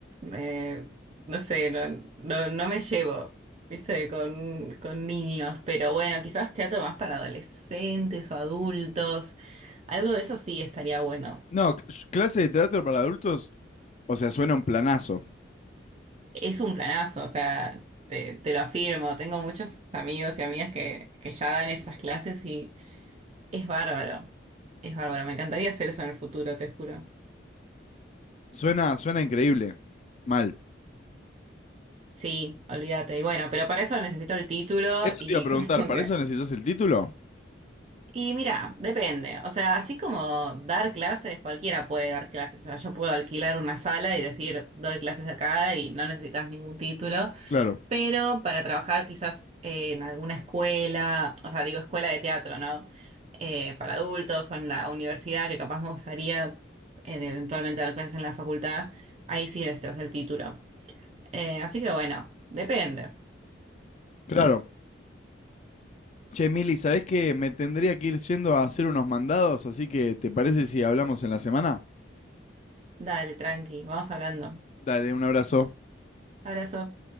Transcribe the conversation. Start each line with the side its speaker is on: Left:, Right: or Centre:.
Right: eh, no sé, no, no, no me llevo, viste, con, con niños. Pero bueno, quizás teatro más para adolescentes o adultos. Algo de eso sí estaría bueno.
Left: No, c- clase de teatro para adultos, o sea, suena un planazo.
Right: Es un planazo, o sea, te, te lo afirmo. Tengo muchos amigos y amigas que, que ya dan esas clases Es bárbaro, es bárbaro Me encantaría hacer eso en el futuro, te juro.
Left: Suena, suena increíble. Mal.
Right: Sí, olvídate. Y bueno, pero para eso necesito el título
Left: Eso
Right: y
Left: te iba a preguntar,
Right: <laughs> como
Left: ¿para
Right: que...
Left: eso necesitas el título?
Right: Y mira, depende. O sea, así como dar clases, cualquiera puede dar clases. O sea, yo puedo alquilar una sala y decir, doy clases acá y no necesitas ningún título.
Left: Claro,
Right: pero para trabajar quizás eh, en alguna escuela, o sea, digo escuela de teatro, ¿no? Eh, para adultos o en la universidad, que capaz me gustaría eh, eventualmente dar clases en la facultad, ahí sí necesitas el título. Eh, así que bueno, depende.
Left: claro. Che, Mili, ¿sabés que me tendría que ir yendo a hacer unos mandados? Así que, ¿te parece si hablamos en la semana?
Right: Dale, tranqui, vamos hablando.
Left: Dale, un abrazo.
Right: Abrazo.